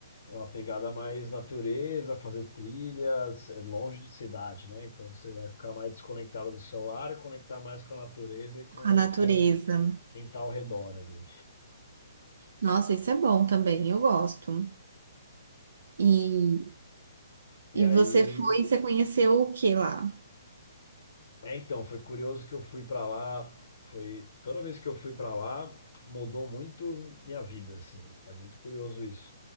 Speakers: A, on the left; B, on the right.
A: É uma pegada mais natureza, fazer trilhas, é longe de cidade, né? Então você vai ficar mais desconectado do celular e conectar mais com a natureza e com
B: com a natureza.
A: quem quem tá ao redor ali.
B: Nossa, isso é bom também, eu gosto. E,
A: E
B: e
A: aí
B: você foi, você conheceu o que lá?
A: É, então, foi curioso que eu fui pra lá, foi toda vez que eu fui pra lá, mudou muito minha vida, assim. É muito curioso isso.